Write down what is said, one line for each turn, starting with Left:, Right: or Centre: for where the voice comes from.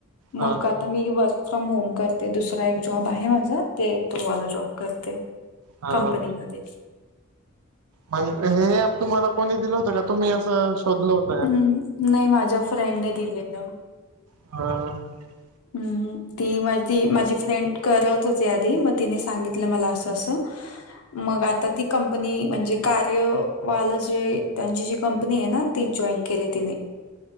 Right: हा
Left: मग आता मी वर फ्रॉम होम करते. दुसरा एक जॉब आहे माझा ते तोवाला जॉब करते.
Right: हा.
Left: कंपनीमध्ये
Right: मग हे तुम्हाला कोणी दिलं होतं का? तुम्ही असं शोधल होत?
Left: हम्. नाही माझ्या फ्रेंडने दिलेलं.
Right: ह.
Left: हम्म. ती माझी माझी फ्रेंड. करत होती आधी मग तिने सांगितलं मला असं असं मग आता ती कंपनी म्हणजे कार्यवालं जे त्यांची जी कंपनी आहे ना ती जॉईन केली तिने.